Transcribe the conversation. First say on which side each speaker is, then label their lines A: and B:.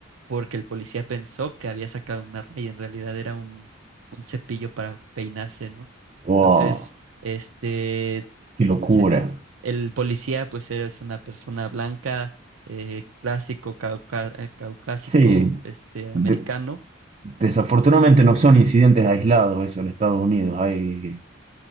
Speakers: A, on the right (about 85°); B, on the right (about 35°).
A: porque el policía pensó que había sacado un arma y en realidad era un, un cepillo para peinarse, ¿no?
B: Wow,
A: Entonces, este,
B: qué locura.
A: se- el policía pues es una persona blanca, eh, clásico, cauca- eh, caucásico,
B: Sí.
A: este,
B: De-
A: americano
B: desafortunadamente no son incidentes aislados eso en Estados Unidos. Hay